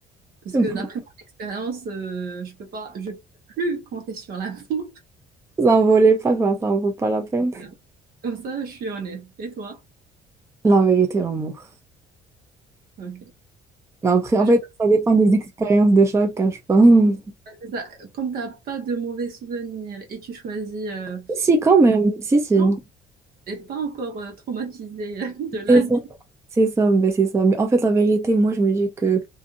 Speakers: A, on the right; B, on the right.
A: Parce
B: <laughs>
A: que d'après mon expérience, euh, je peux pas, je peux plus compter sur l'amour. <laughs>
B: S'envoler pas, ça, ça en vaut pas la peine.
A: Voilà. Comme ça, je suis honnête. Et toi?
B: La vérité, l'amour.
A: Ok.
B: Mais après,
A: Bah,
B: en
A: je-
B: fait, ça dépend des expériences de chacun, je pense.
A: bah, c'est ça. Comme t'as pas de mauvais souvenirs et tu choisis euh,
B: Si, si, quand même. Si, si.
A: l'argent, t'es pas encore euh, traumatisé <laughs> de la
B: C'est ça.
A: vie.
B: C'est ça, ben, c'est ça. Mais en fait, la vérité, moi, je me dis que